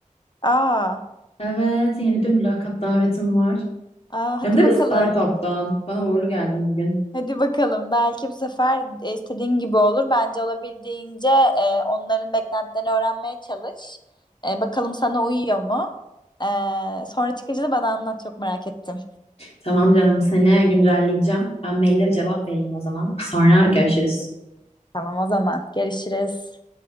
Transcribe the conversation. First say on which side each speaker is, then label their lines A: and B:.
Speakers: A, on the left; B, on the left.
A: Aa,
B: Evet yeni bir mülakat davetim var.
A: aa hadi
B: Hem de
A: bakalım.
B: bir startuptan. Bana uğurlu geldin bugün.
A: Hadi bakalım. Belki bu sefer e, istediğin gibi olur. Bence olabildiğince e, onların beklentilerini öğrenmeye çalış. E, bakalım sana uyuyor mu? E, sonra çıkınca da bana anlat. Çok merak ettim.
B: Tamam canım seni güncelleyeceğim. Ben maille bir cevap vereyim o zaman. Sonra görüşürüz.
A: Tamam o zaman. Görüşürüz.